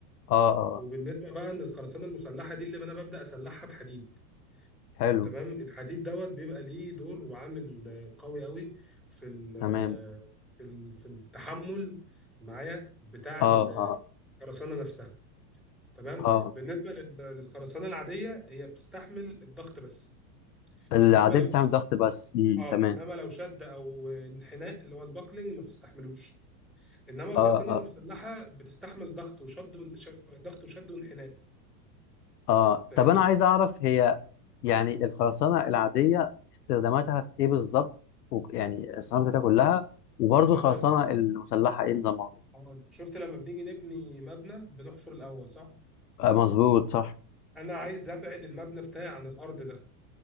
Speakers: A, on the left; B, in the centre.
A: اه اه
B: وبالنسبة بقى ان الخرسانة المسلحة دي اللي انا ببدأ اسلحها بحديد
A: حلو
B: تمام الحديد دوت بيبقى ليه دور وعامل آه، قوي قوي في ال- آه،
A: تمام
B: في ال- في التحمل معايا بتاع
A: اه
B: ال- آه،
A: اه
B: الخرسانة نفسها تمام
A: اه
B: بالنسبه لل- للخرسانه العاديه هي بتستحمل الضغط بس
A: العاديه
B: انما لو
A: بتستعمل ضغط بس امم
B: اه
A: تمام
B: انما لو شد او انحناء اللي هو الباكلينج ما بتستحملوش انما الخرسانه
A: اه اه
B: المسلحه بتستحمل ضغط وشد ون- ش- ضغط وشد وانحناء
A: اه
B: فاهمني
A: طب انا عايز اعرف هي يعني الخرسانه العاديه استخداماتها في ايه بالظبط وك- يعني الاستخدامات بتاعتها كلها وبرضه
B: هقول
A: الخرسانه المسلحه ايه نظامها
B: هقول شفت لما بنيجي نبني مبنى بنحفر الاول صح
A: آه مظبوط صح
B: انا عايز ابعد المبنى بتاعي عن الارض ده